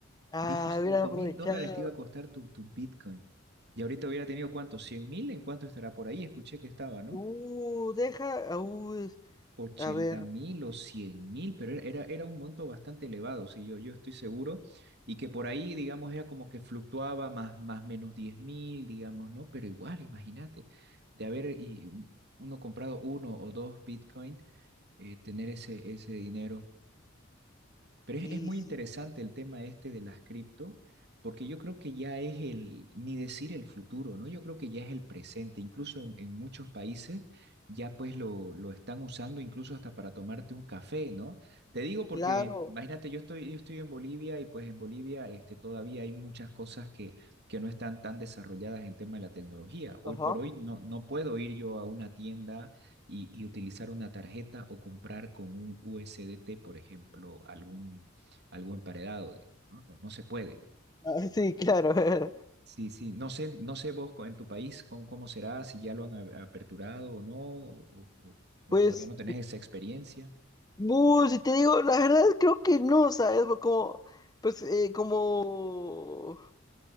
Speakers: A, on the left; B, on the right.
A: Ah,
B: Me dijo 5
A: hubiera aprovechado.
B: mil dólares te iba a costar tu, tu Bitcoin. Y ahorita hubiera tenido cuánto, cien mil, ¿en cuánto estará por ahí? Escuché que estaba, ¿no?
A: Uh, deja, uh, es-
B: ochenta
A: a ver,
B: mil o cien mil, pero era, era, era un monto bastante elevado, sí, yo, yo estoy seguro, y que por ahí, digamos, era como que fluctuaba más, más menos diez mil, digamos, ¿no? Pero igual, imagínate, de haber y, uno comprado uno o dos Bitcoin, eh, tener ese, ese dinero pero es,
A: y
B: es muy
A: sí,
B: interesante el tema este de las cripto, porque yo creo que ya es el, ni decir el futuro, ¿no? Yo creo que ya es el presente. Incluso en, en muchos países ya pues lo, lo están usando incluso hasta para tomarte un café, ¿no? Te digo porque,
A: claro,
B: imagínate, yo estoy, yo estoy en Bolivia y pues en Bolivia este, todavía hay muchas cosas que, que no están tan desarrolladas en tema de la tecnología. Hoy
A: ajá.
B: por hoy no, no puedo ir yo a una tienda y, y utilizar una tarjeta o comprar con un USDT, por ejemplo, algún, algo emparedado. ¿no? No, no se puede.
A: Ah, sí, claro. <laughs>
B: Sí, sí. No sé, no sé vos co- en tu país cómo, cómo será, si ya lo han a- aperturado o no, o, o- o
A: Pues,
B: todavía no tenés esa experiencia.
A: bu, si te digo, la verdad creo que no, ¿sabes? Como, pues, eh, como